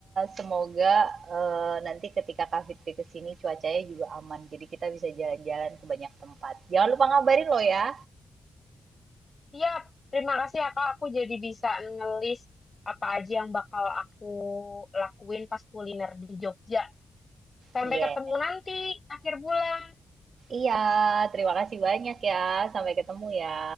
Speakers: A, on the right (about 65°); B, on the left (about 35°).
A: semoga eh, nanti ketika Kak Fitri ke sini cuacanya juga aman. Jadi kita bisa jalan-jalan ke banyak tempat. Jangan lupa ngabarin lo ya.
B: Siap, terima kasih ya, Kak. Aku jadi bisa ngelis apa aja yang bakal aku lakuin pas kuliner di Jogja. Sampai
A: Iya.
B: ketemu nanti, akhir bulan.
A: Iya, terima kasih banyak ya. Sampai ketemu ya.